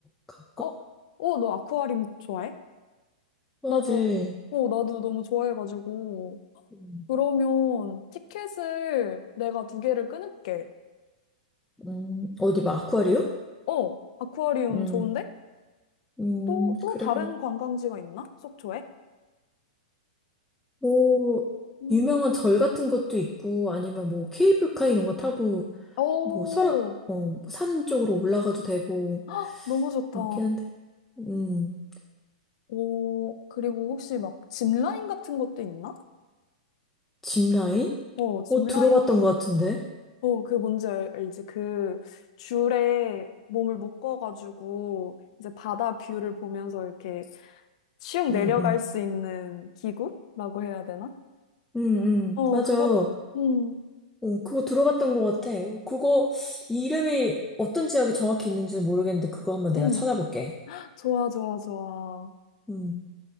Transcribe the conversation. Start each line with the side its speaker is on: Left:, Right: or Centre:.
Centre: 갈까?
Left: 어, 어, 너 아쿠아리움 좋아해?
Centre: 좋아하지.
Left: 나도, 어, 나도 너무 좋아해가지고.
Centre: 음,
Left: 그러면 티켓을 내가 두 개를 끊을게.
Centre: 음, 어디 막 아쿠아리움?
Left: 어, 아쿠아리움
Centre: 음,
Left: 좋은데?
Centre: 음,
Left: 또, 또
Centre: 그래,
Left: 다른
Centre: 그래.
Left: 관광지가 있나? 속초에?
Centre: 뭐,
Left: 음,
Centre: 유명한 절 같은 것도 있고, 아니면 뭐 케이블카 이런 거 타고
Left: 오,
Centre: 뭐 설악 어산 쪽으로 올라가도 되고
Left: 헉, 너무 좋다.
Centre: 많긴 한데 음
Left: 오, 그리고 혹시 막 짚라인 같은 것도 있나?
Centre: 짚라인
Left: 어, 짚라인,
Centre: 어 들어봤던 것 같은데
Left: 어, 그 뭔지 알- 알지? 그 줄에 몸을 묶어가지고 이제 바다 뷰를 보면서 이렇게 슉 내려갈
Centre: 응응
Left: 수 있는 기구라고 해야 되나?
Centre: 응응
Left: 어,
Centre: 맞아
Left: 그거
Centre: 어
Left: 음.
Centre: 그거 들어봤던 것 같아 어, 그거 이름이 어떤 지역에 정확히 있는지 는 모르겠는데 그거 한번 내가
Left: 응,
Centre: 찾아볼게
Left: 좋아, 좋아, 좋아.
Centre: 음